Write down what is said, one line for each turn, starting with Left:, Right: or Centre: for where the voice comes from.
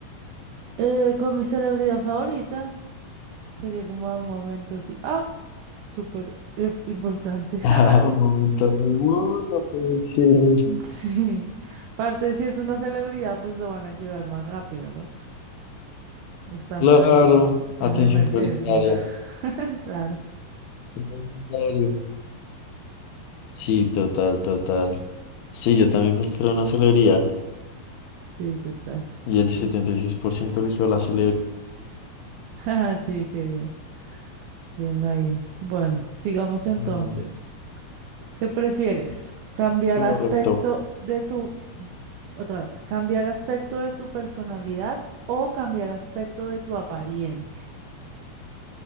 Right: Eh, con mi celebridad favorita sería como un momento así, ah, súper eh, importante. <laughs>
Left: Ah, un momento re wow, no puede ser.
Right: Sí, aparte si es una celebridad, pues lo van a ayudar más rápido, ¿no? Estando
Left: Claro,
Right: ahí en, en
Left: atención
Right: la emergencia.
Left: prioritaria.
Right: <laughs> Claro,
Left: Prioritario. Sí, total, total. Sí, yo también prefiero una celebridad.
Right: sí, total.
Left: Y el 76% eligió la celebridad.
Right: <laughs> Ah, sí, qué bien, viendo ahí. Bueno, sigamos entonces.
Left: Mm,
Right: ¿Qué prefieres? ¿Cambiar
Left: Correcto.
Right: aspecto de tu, otra vez, cambiar aspecto de tu personalidad o cambiar aspecto de tu apariencia?